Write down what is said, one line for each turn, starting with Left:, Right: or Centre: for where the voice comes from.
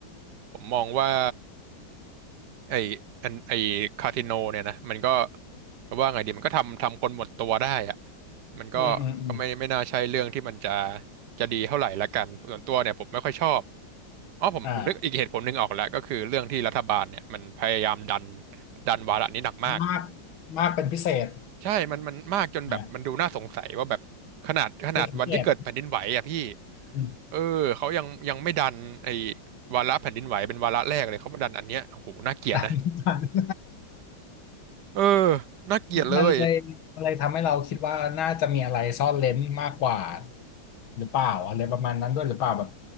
Right: ผมมองว่า ไออันไอคาทิโนเนี่ยนะมันก็ว่าไงดีมันก็ทำทำคนหมดตัวได้อะมันก็ก็ไม่ไม่น่าใช่เรื่องที่มันจะ
Left: อืมอืมอืม
Right: จะดีเท่าไหร่ละกันส่วนตัวเนี่ยผมไม่ค่อยชอบอ๋อผมผมนึกอีกเหตุผลหนึ่งออกแล้วก็คือเรื่องที่รัฐบาลเนี่ยมันพยายามดัน
Left: อ่า
Right: ดันวาระนี้หนักมาก
Left: มากมากเป็นพิเศษ
Right: ใช่มันมันมากจนแบบมันดูน่าสงสัยว่าแบบขนาดขนาดวันที่เกิดแผ่นดินไหวอ่ะพี่
Left: อ่าผิดสังเกต <laughs> อืม
Right: เออเขายังยังไม่ดันไอ้วาระแผ่นดินไหวเป็นวาระแรกเลยเขามาดันอันเนี้ยโอ้โหน่าเกลียดนะ
Left: ตามนิทาน <laughs>
Right: เออน่าเกลียดเลย
Left: มันเลยมันเลยทำให้เราคิดว่าน่าจะมีอะไรซ่อนเร้นมากกว่าหรือเปล่าอะไรประมาณนั้นด้วยหรือเปล่าแบบ